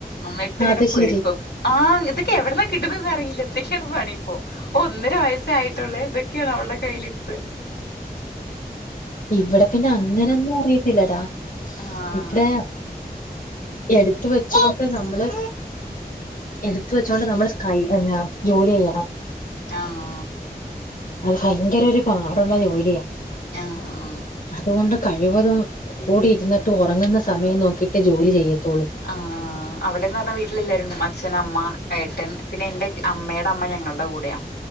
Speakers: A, on the left (about 85°); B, on the left (about 55°).
A: എന്നിട്ട് ഇങ്ങനെ
B: അത്
A: പേടിപ്പം
B: ശരി
A: ആഹ് ഇതൊക്കെ എവിടന്നാ കിട്ടുന്നന്ന് അറിയില്ല. ഇതൊ ക്കെയാണ് പണി ഇപ്പോ. ഒന്നര വയസ്സായിട്ടുള്ളേ ഇതൊക്കെയാണ് അവളുടെ കയ്യിലിരുപ്പ്.
B: ഇവിടെ പിന്നെ അങ്ങനൊന്നും അറിയത്തില്ലടാ
A: ആഹ്
B: ഇപ്പടെ എടുത്ത് വെച്ചതൊക്കെ നമ്മള് എടുത്ത് വെച്ചോണ്ട് നമ്മള് സ്കൈ ജോലി ചെയ്യണം.
A: ആഹ്
B: അത് ഭയങ്കര ഒരു പാടുള്ളൊരു ജോലിയാ
A: ആഹ്
B: അതുകൊണ്ട് കഴിവതും കൂടി ഇരുന്നിട്ട് ഉറങ്ങുന്ന സമയം നോക്കിയിട്ട് ജോലി ചെയ്യത്തൊള്ളൂ
A: ആഹ് അവിടെന്ന് പറഞ്ഞാ വീട്ടില ല്ലാരുണ്ട് അച്ഛൻ അമ്മ ഏട്ടൻ പിന്നെ എന്റെ അമ്മേടെ അമ്മ ഞങ്ങളുടെ കൂടെയാ.